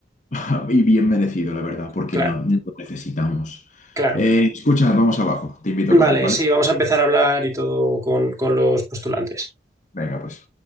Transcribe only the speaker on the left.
<laughs> Y bien merecido, la verdad, porque
no, no lo necesitamos.
Eh, escucha, vamos abajo. Te invito
a comer, ¿vale?
Venga, pues.